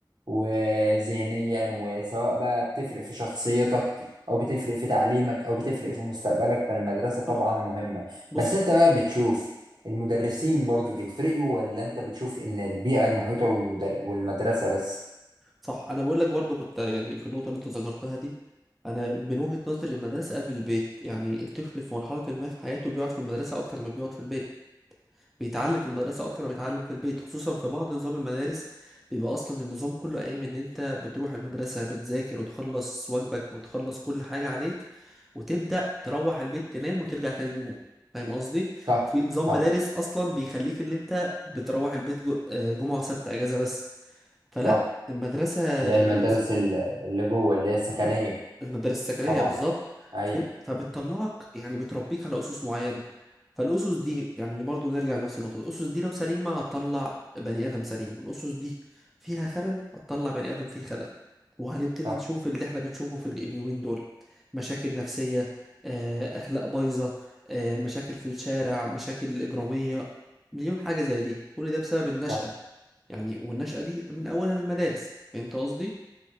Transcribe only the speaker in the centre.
م-
صح
بص
صح انا بقول لك برضو كنت يعني في النقطه اللي انت ذكرتها دي انا من وجهه نظري المدرسه قبل البيت يعني الطفل في مرحله ما في حياته بيقعد في المدرسه اكتر ما بيقعد في البيت بيتعلم في المدرسه اكتر ما بيتعلم في البيت خصوصا في بعض نظام المدارس بيبقى اصلا النظام كله قايم ان انت بتروح المدرسه بتذاكر وتخلص واجبك وتخلص كل حاجه عليك وتبدا تروح البيت تنام وترجع تاني يوم فاهم قصدي
وفي نظام
مدارس اصلا بيخليك ان انت بتروح البيت جو- آه، جمعه وسبت اجازه بس فلا
المدرسة
المدرسة
المدارس السكنيه
بالظبط
فاهم؟ فبتطلعك يعني بتربيك على اسس معينه فالاسس دي يعني برضو نرجع لنفس النقطه الاسس دي لو سليمه هتطلع بني ادم سليم الاسس دي فيها خلل هتطلع بني ادم فيه خلل وهنبتدي
نشوف اللي احنا بنشوفه في اليومين دول مشاكل نفسيه آه، اخلاق بايظه آه، مشاكل في الشارع مشاكل اجراميه مليون حاجه زي دي كل ده بسبب النشأة
يعني والنشأة دي من اولها المدارس فهمت قصدي